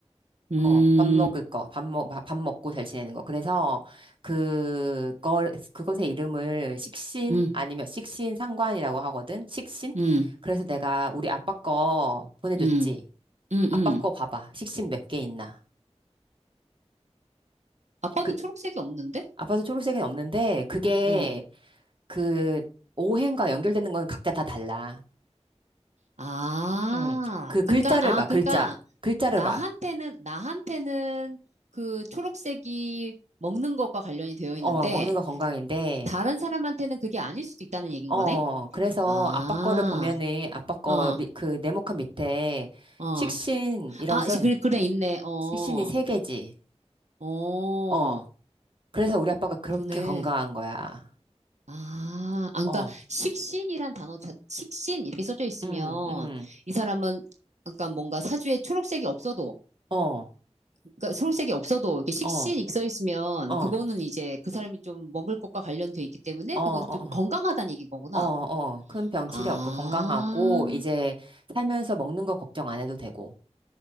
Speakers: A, on the right; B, on the right.
A: 음,
B: 어, 밥 먹을 거, 밥 먹, 밥 먹고 잘 지내는 거. 그래서, 그, 거, 그것의 이름을 식신
A: 음,
B: 아니면 식신 상관이라고 하거든? 식신?
A: 음,
B: 그래서 내가 우리 아빠 거 보내줬지.
A: 음, 음,
B: 아빠
A: 음.
B: 거 봐봐. 식신 몇 개 있나.
A: 아빠도
B: 그,
A: 초록색이 없는데?
B: 아빠도 초록색은 없는데, 그게
A: 어,
B: 그, 오행과 연결되는 건 각자 다 달라.
A: 아,
B: 음, 그 글자를
A: 그러니까, 아,
B: 봐,
A: 그러니까,
B: 글자. 글자를
A: 나한테는,
B: 봐.
A: 나한테는 그 초록색이 먹는 것과 관련이 되어
B: 어,
A: 있는데,
B: 먹는 거 건강인데,
A: 다른 사람한테는 그게 아닐 수도 있다는 얘기인
B: 어,
A: 거네?
B: 그래서
A: 아,
B: 아빠 거를 보면은 아빠 거
A: 어,
B: 그 네모칸 밑에
A: 어.
B: 식신이라고
A: 아,
B: 써요.
A: 시- 그래, 그래, 있네. 어,
B: 식신이 세 개지.
A: 어,
B: 어. 그래서 우리 아빠가 그렇게
A: 그러네.
B: 건강한 거야.
A: 아, 아, 그러니까
B: 어.
A: 식신이란 단어, 자, 식신 이렇게 써져 있으면
B: 응, 응.
A: 이 사람은 그러니까 뭔가 사주에 초록색이 없어도,
B: 어. 어.
A: 그러니까 초록색이 없어도 이렇게 식신
B: 어.
A: 이렇게 써 있으면
B: 어.
A: 그거는 이제 그 사람이 좀 먹을 것과 관련돼 있기 때문에
B: 어.
A: 그건
B: 어.
A: 좀 건강하다는 얘기인 거구나.
B: 어. 어. 큰 병치레
A: 아,
B: 없고 건강하고 이제 살면서 먹는 거 걱정 안 해도 되고.